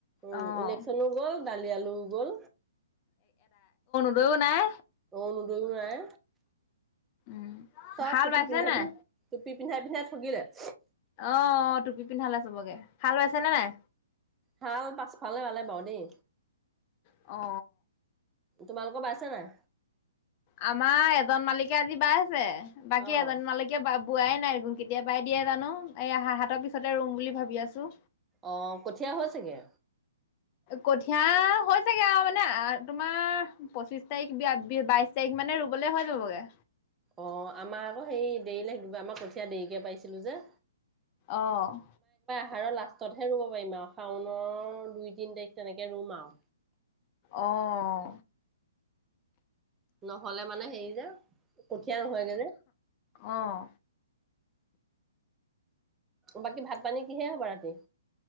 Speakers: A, on the right (about 15°); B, on the left (about 35°).
A: উ
B: অ'
A: ইলেকশচনো গ'ল। দালি আলু গ'ল।
B: ও নাই।
A: অৰুণোদই ও নাই।
B: উম,
A: চফ
B: হাল
A: টুপি
B: বাইছে
A: পিনা
B: নাই?
A: ন <inaudible> পি পিন্ধাই পিন্ধাই ঠগিলে <unintelligible>
B: অ টুপি পিন্ধালে চবকে। হাল বাইছেনে নাই?
A: হাল পাছ ফালে বালে বাও দেই।
B: অ।
A: তোমালোকৰ বাইছে নাই?
B: আমাৰ এজন মালিকে আজি বাই <unintelligible> বাকী
A: অ',
B: এজন মালকে বাব বোৱাই নাই, কেতিয়া বাই দিয়ে জানো। এই হা হাতৰ পিছতে ৰুম বুলি ভাবি আছো।
A: অ কঠীয়া হৈছেগে?
B: কঠিয় হৈছোগে আও, মানে তোমাৰ পঁচিশ তাৰিখ বি বাইশ তাৰিখ মানে ৰুবলে হৈ যাবগে।
A: অ আমাৰ আকৌ হেই দেৰি লাগিব আমাৰ কঠীয়া দেৰিকে পাইছিলো যে।
B: অ'।
A: হাৰৰ লাষ্টতহে ৰুব পাৰিম আও। শাওনৰ দুই তিন তাৰিখ তেনেকে ৰুম আও।
B: অহ
A: নহলে মানে হেৰি যে। কঠীয়া নহয়গে যে।
B: অ'
A: বাকী ভাত পানী কিহে হব ৰাতি?